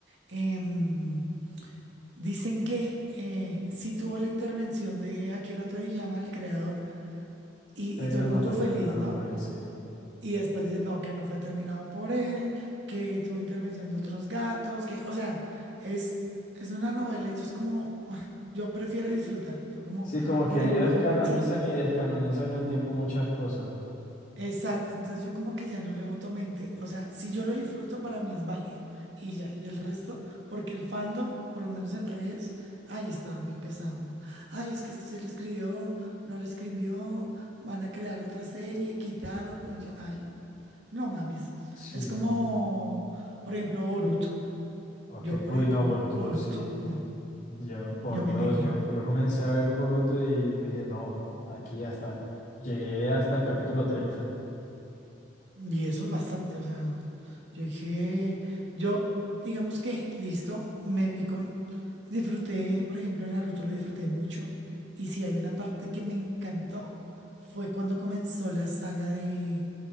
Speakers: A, on the right (about 70°); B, on the left (about 45°).
A: em, dicen que eh, sí tuvo la intervención de Akira Toriyama, el creador, y,
B: Pero
A: y todo el
B: no
A: mundo
B: fue
A: feliz,
B: terminado
A: ¿no?
B: por él, sí.
A: Y después dicen, no, que no fue terminado por él, que tuvo intervención de otros gatos, que, o sea, es, es una novela y yo es como, ah, yo prefiero disfrutar. Yo como,
B: Sí, como que
A: por ejemplo,
B: ellos canonizan
A: sí.
B: y descanonizan al tiempo muchas cosas.
A: Exacto, entonces yo como que ya no le voto mente, o sea, si yo lo disfruto para mí es válido y ya, y el resto, porque el fandom, por lo menos en redes, ay, estaba muy pesado, ay, es que esto sí lo escribió, no lo escribió, van a crear otra serie, quitaron, pues yo, ay, no mames,
B: Sí,
A: es como, por ejemplo, Boruto,
B: Ok,
A: yo por
B: uy,
A: ejemplo,
B: no, Boruto,
A: Boruto,
B: sí,
A: no,
B: yo por
A: yo me
B: dos,
A: negué,
B: yo, yo comencé a ver Boruto y dije, no, aquí hasta, llegué hasta el capítulo 30.
A: Y eso es bastante, o sea, yo dije, yo, digamos que, listo, me vi con, disfruté, por ejemplo, en Naruto lo disfruté mucho, y si hay una parte que me encantó, fue cuando comenzó la saga de,